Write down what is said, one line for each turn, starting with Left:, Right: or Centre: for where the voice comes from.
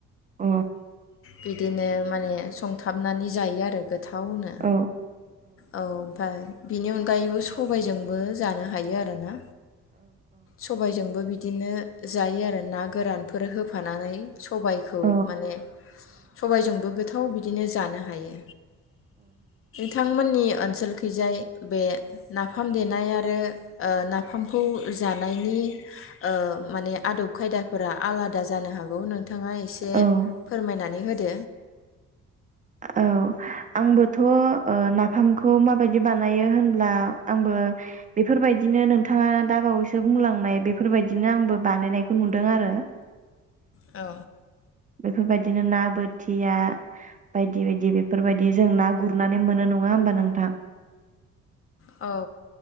Right: औ
Left: बिदिनो माने संथाबनानै जायो आरो गो थावनो
Right: औ
Left: औ ओमफाय बिनि अन गायैबो सबायजोंबो जानो हायो आरोना सबायजोंबो बि दिनो जायो आरो ना गोरानफोर होफानानै सबायखौ
Right: औ
Left: माने सयजोंबो गोथाव बिदिनो जानो हायो थांमोननि ओनसोलखैजाय बे नाफाम देनाय आरो ओ नाफामखौ जानायनि ओ माने आदब खायदाफोरा आलादा जानो हागौ नोंथां थांङा एसे
Right: औ
Left: फोरमायनानै होद दो
Right: औ आंबोथ' ओ नाफामखौ माबायदि बानायो होनब्ला आंबो बेफोरबायदिनो नोंथाङा दाबावैसो बुंलांनाय बेफोरबायदिनो आंबो बानायनायखौ नुदों आरो
Left: औ
Right: बेफोरबायदिनो ना बोथिया बायदि बायदि बे फोरबायदि जों ना गुरनानै मोनो नङा ङा होमबा नोंथां?
Left: औ